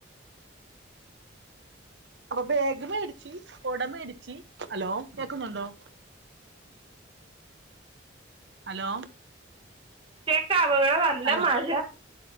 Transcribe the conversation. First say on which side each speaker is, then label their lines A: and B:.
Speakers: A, on the right (about 65°); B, on the right (about 30°).
A: അപ്പൊ ബേഗം മേടിച്ച് കുട മേടിച്ചു ഹലോ കേക്കുന്നുണ്ടോ ഹലോ
B: കേക്കാവോ ഇവിടെ നല്ല
A: ഹലോ
B: മഴ